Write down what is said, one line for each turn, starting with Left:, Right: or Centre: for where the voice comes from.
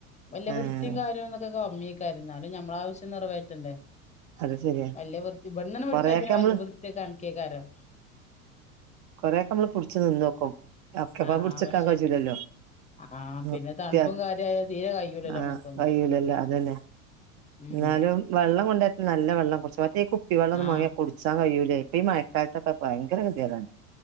Left: വലിയ
Right: ആഹ്
Left: വൃത്തിയും കാര്യവും എന്നൊക്കെ! അമ്മിയക്കായിരുന്നാലും ഞമ്മളെ ആവശ്യം നിറവേറ്റണ്ടേ?
Right: അത് ശരിയാ
Left: വലിയ വൃത്തി! വെണ്ണണെ
Right: കൊറെയൊക്കെ
Left: വിട്ട പിന്നെ
Right: നമ്മള്
Left: വല്യ വൃത്തിയൊക്കെ കണക്കിയക്കാരം.
Right: കൊറേക്കെ നമ്മള് പുട്ച്ച് നിന്നോക്കും ഒക്കെപ്പെ
Left: ആഹ്
Right: പിട്ച്ച്ക്കാൻ
Left: ആഹ് പക്ഷെ
Right: കച്ചൂലല്ലോ
Left: ആഹ്
Right: <unintelligible>
Left: പിന്നെ തണുപ്പും കാര്യായ തീരെ കയ്യൂലല്ലോ
Right: ആഹ്
Left: നമ്മക്കൊന്നും
Right: കയ്യൂലല്ലോ അതന്നെ
Left: ഉം
Right: ന്നാലും വെള്ളം കൊ നല്ല വെള്ളം കുടിച്ച്മറ്റേ ഇ കുപ്പി വെള്ളം ഒന്നും
Left: ആഹ്
Right: വാങ്ങിയ കുടിച്ചാ കഴ യൂല്ല. ഇപ്പ ഈ മഴ! കഴുത്തൊക്കെ ഭയങ്കര കെതിയേടാണ്.